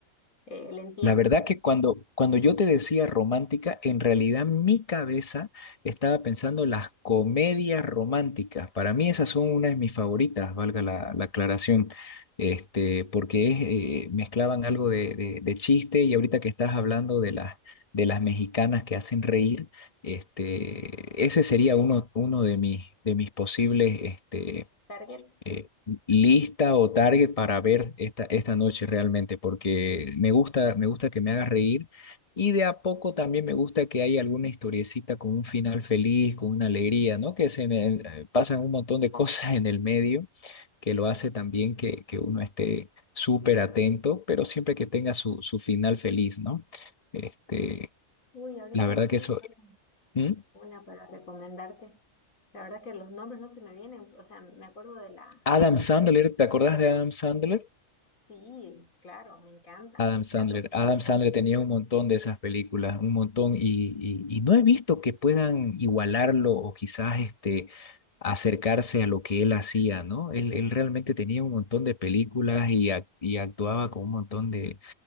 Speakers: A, on the left (about 90°); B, on the left (about 25°).
A: eh, le entiendo.
B: La verdad que cuando, cuando yo te decía romántica, en realidad mi cabeza estaba pensando las comedias románticas. Para mí esas son una de mis favoritas, valga la, la aclaración, este, porque es, eh, mezclaban algo de, de- de chiste y ahorita que estás hablando de las, de las mexicanas que hacen reír, este, ese sería uno, uno de mis, de mis posibles, este,
A: Target,
B: eh, lista o target para ver esta, esta noche realmente, porque me gusta, me gusta que me haga reír y de a poco también me gusta que haya alguna historiecita con un final feliz, con una alegría, ¿no? Que se en eh, pasan un montón de <laughs> cosas en el medio que lo hace también que, que uno esté súper atento, pero siempre que tenga su, su final feliz, ¿no? Este,
A: uy, ahorita
B: la verdad
A: no me
B: que eso...
A: acuerdo
B: ¿Mm?
A: una para recomendarte. La verdad que los nombres no se me vienen, o sea, me acuerdo de la
B: Adam Sandler, ¿te acordás de Adam Sandler?
A: Sí, claro, me encanta,
B: Adam
A: me
B: Sandler.
A: encanta esa
B: Adam
A: película.
B: Sandler tenía un montón de esas películas, un montón, y, y- y no he visto que puedan igualarlo o quizás este, acercarse a lo que él hacía, ¿no? Él, él realmente tenía un montón de películas y, ac- y actuaba con un montón de,